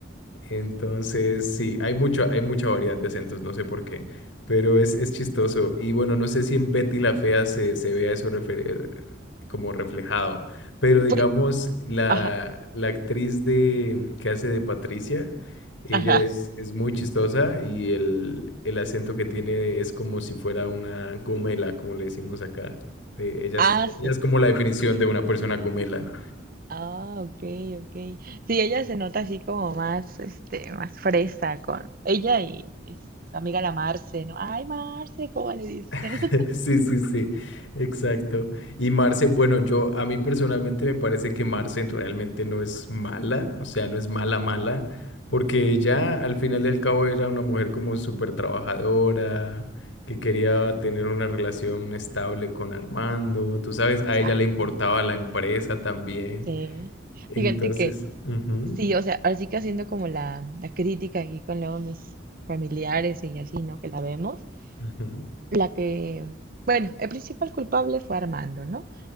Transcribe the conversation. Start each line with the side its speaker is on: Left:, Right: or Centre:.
Left: Entonces, sí, hay mucho, hay mucha variedad de acentos, no sé por qué, pero es, es chistoso. Y bueno, no sé si en Betty la Fea se, se vea eso refer- como reflejado, pero digamos,
Right: Pues,
Left: la,
Right: ajá,
Left: la actriz de, que hace de Patricia, ella
Right: ajá.
Left: es, es muy chistosa y el, el acento que tiene es como si fuera una gomela, como le decimos acá. Eh, ella
Right: Ah,
Left: es,
Right: sí.
Left: ella es como la definición de una persona gomela.
Right: Ah, ok, ok. Sí, ella se nota así como más, este, más fresa con ella y este, su amiga la Marce, ¿no? Ay, Marce, ¿cómo le dicen?
Left: <laughs>
Right: <laughs>
Left: Sí, sí, sí, exacto. Y Marce, bueno, yo a mí personalmente me parece que Marce realmente no es mala, o sea, no es mala, mala, porque ella al final del cabo era una mujer como súper trabajadora, que quería tener una relación estable con Armando, tú sabes, a
Right: Exacto.
Left: ella le importaba la empresa también.
Right: Sí.
Left: Entonces,
Right: Fíjate que
Left: ujú,
Right: sí, o sea, así que haciendo como la, la crítica aquí con luego mis familiares y así, ¿no? Que la vemos.
Left: ujú,
Right: La que, bueno, el principal culpable fue Armando, ¿no?